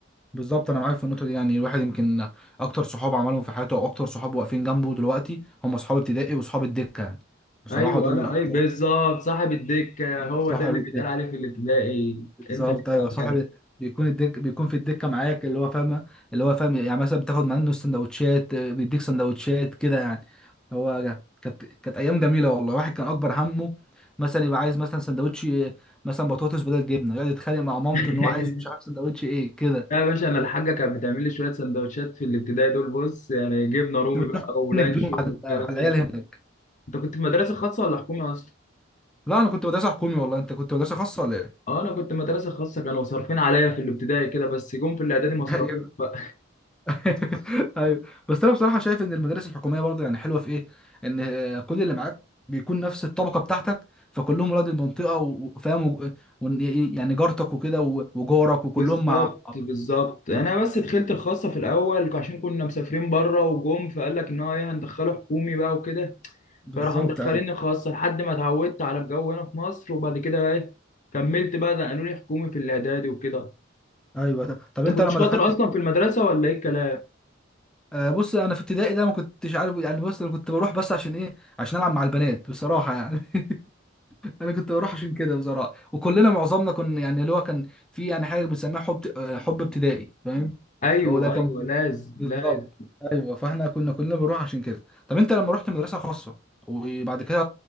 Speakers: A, in the centre; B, on the left.
A: بالظبط أنا معاك في النقطة دي يعني الواحد يمكن أكتر صحاب عملهم في حياته أو أكتر صحاب واقفين جنبه دلوقتي هم صحاب ابتدائي وصحاب الدكة يعني بصراحة
B: ايوه
A: دول
B: لا
A: أكتر
B: اي بالظبط صاحب الدكه هو
A: صحاب
B: ده اللي
A: الدكة
B: بيتقال عليه في الابتدائي
A: بالظبط
B: انت كده
A: ايوه صاحب
B: كده
A: بيكون الدك بيكون في الدكه معاك اللي هو فاهمه اللي هو فاهم يعني مثلا بتاخد منه سندوتشات آه، بيديك سندوتشات كده يعني هو جا- كانت كانت ايام جميله والله الواحد كان اكبر همه مثلا يبقى عايز مثلا سندوتش آه، مثلا بطاطس بدل جبنه يقعد يتخانق مع مامته
B: <laughs>
A: ان هو عايز مش عارف سندوتش ايه كده
B: لا يا باشا انا
A: بجد
B: الحاجه كانت بتعمل لي شويه سندوتشات في الابتدائي دول بص يعني جبنه رومي
A: كنت بتروح
B: بقى ولانشون
A: انك ديون على
B: والكلام
A: على
B: من
A: العيال
B: ده
A: هناك
B: انت كنت في مدرسه خاصه ولا حكومه اصلا
A: لا انا كنت مدرسه حكومي والله انت كنت مدرسه خاصه ولا ايه
B: اه انا كنت مدرسه خاصه كانوا صارفين عليا في الابتدائي كده بس جم في الاعدادي ما صرفوش
A: <laughs>
B: بقى
A: <laughs> ايوه بس انا بصراحه شايف ان المدارس الحكوميه برضه يعني حلوه في ايه ان آه، كل اللي معاك بيكون نفس الطبقه بتاعتك فكلهم ولاد المنطقه و- وفاهم و- و- يعني جارتك وكده و- وجارك
B: <laughs>
A: وكلهم
B: بالظبط
A: مع
B: بالظبط يعني انا بس دخلت الخاصه في الاول عشان كنا مسافرين بره وجم فقال لك ان هو ايه هندخله حكومي بقى وكده
A: بالظبط
B: فراحوا مدخليني
A: ايوه
B: خاصه لحد ما اتعودت على الجو هنا في مصر وبعد كده بقى ايه كملت بقى ده قانوني حكومي في الاعدادي وكده
A: ايوه ط- طب
B: انت
A: انت
B: كنت
A: لما
B: شاطر
A: دخلت
B: اصلا
A: الكو-
B: في المدرسه ولا ايه الكلام
A: آه، بص انا في ابتدائي ده ما كنتش عارف يعني بص انا كنت بروح بس عشان ايه عشان العب مع البنات بصراحه يعني <laughs> انا كنت بروح عشان كده بصراحه وكلنا معظمنا كنا يعني اللي هو كان في يعني حاجه بنسميها حب آه، حب ابتدائي فاهم
B: ايوه
A: هو ده كان
B: ايوه لازم
A: بالظبط
B: لازم
A: ايوه فاحنا كنا كنا بنروح عشان كده طب انت لما رحت مدرسه خاصه وبعد كده